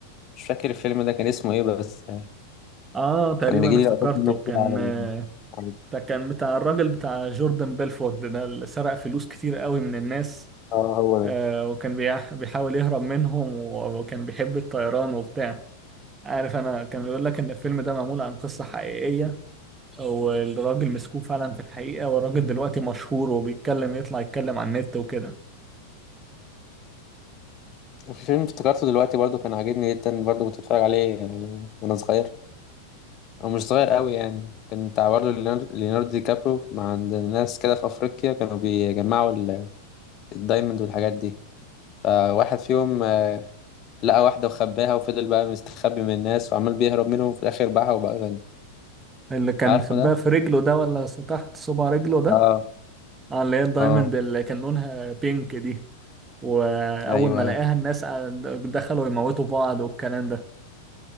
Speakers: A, on the left; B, on the right.
A: مش فاكر الفيلم ده كان اسمه ايه بس آه،
B: اه تقريبا
A: كان بيجي لي
B: افتكرته
A: لقطات منه كتير
B: كان
A: على
B: آه،
A: ال... على-
B: ده كان بتاع الراجل بتاع جوردن بيلفورد ده اللي سرق فلوس كتير قوي من الناس
A: اه هو
B: آه،
A: ده
B: وكان بيح- بيحاول يهرب منهم وكان بيحب الطيران وبتاع عارف انا كان بيقول لك ان الفيلم ده معمول عن قصة حقيقية والراجل مسكوه فعلا في الحقيقة والراجل دلوقتي مشهور وبيتكلم يطلع يتكلم على النت وكده
A: في فيلم افتكرته دلوقتي برضه كان عاجبني جدا برضه كنت بتفرج عليه آه، وانا صغير او مش صغير قوي يعني كان بتاع برضه ليونار- ليوناردو دي كابريو مع عند الناس كده في افريقيا كانوا بيجمعوا ال- الدايموند والحاجات دي فواحد فيهم لقى واحدة وخباها وفضل بقى مستخبي من الناس وعمال بيهرب منهم في الآخر باعها وبقى غني
B: اللي كان
A: عارفه
B: خباها
A: ده؟
B: في رجله ده ولا تحت صبع رجله ده
A: اه
B: اه اللي هي الدايموند
A: اه
B: اللي كان لونها بينك دي واول
A: ايوه
B: ما لقاها الناس دخلوا يموتوا بعض والكلام ده